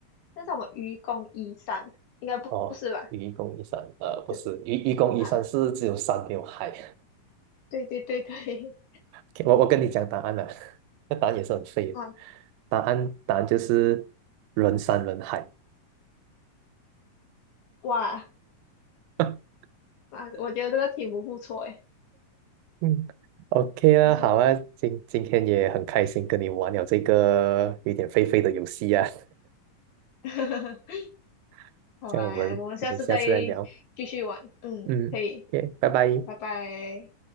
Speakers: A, on the left (about 60°); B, on the right (about 85°).
A: 但是我们愚公移山，应该不不是吧？
B: 哦。愚公移山，呃，不是愚愚公移山是只有山没有海。
A: 是啊，对对对对，
B: OK，我我跟你讲答案了，<laughs> 那答案也是很废的。
A: <laughs> 啊，
B: 答案答案就是人山人海。
A: 哇
B: <laughs>
A: 啊，我觉得这个题目不错诶，
B: 嗯，OK 啦，
A: 不错不错，
B: 好啊，今今天也很开心跟你玩了这个有点废废的游戏啊，
A: <laughs>
B: <laughs>
A: 好啊，
B: 这样我们我们下次再聊。
A: 我们下次再继续玩，嗯，
B: 嗯，OK，
A: 可以，
B: 拜拜。
A: 拜拜。